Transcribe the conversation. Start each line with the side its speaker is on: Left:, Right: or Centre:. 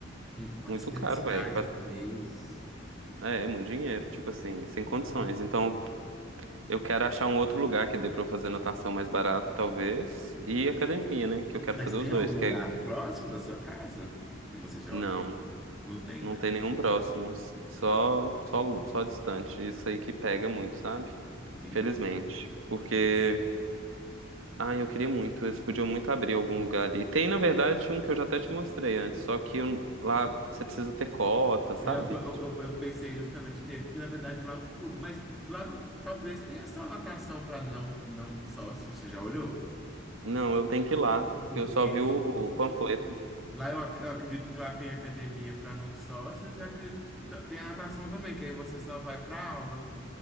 Centre: Tem 400
Right: muito caro, velho.
Centre: reais por mês.
Right: É, é muito dinheiro, tipo assim, sem condições.
Centre: Uhum.
Right: Então, eu quero achar um outro lugar que dê pra eu fazer natação mais barato, talvez, e academia, né? Que eu quero
Centre: Mas
Right: fazer
Centre: tem
Right: os dois,
Centre: algum lugar
Right: que aí eu...
Centre: próximo da sua casa que você já
Right: Não,
Centre: olhou? Não tem,
Right: não
Centre: né?
Right: tem nenhum próximo, só, só, só distante. Isso aí que pega muito, sabe?
Centre: Entendi.
Right: Felizmente. Porque, ai, eu queria muito, eles podiam muito abrir algum lugar ali. Tem, na verdade, um que eu já até te mostrei antes, só que eu- lá você precisa ter cota, sabe?
Centre: É, eu, fui- eu,
Right: Tipo,
Centre: eu- eu pensei justamente nele, porque na verdade lá é um clube, mas lá no- talvez tenha só natação para não, não sócio, você já olhou?
Right: não, eu tenho que ir lá, porque
Centre: Porque
Right: eu só vi o panfleto.
Centre: Lá eu, ac- eu acredito que lá tem academia para não sócios e acredito que t- tem a natação também, que aí você só vai para aula.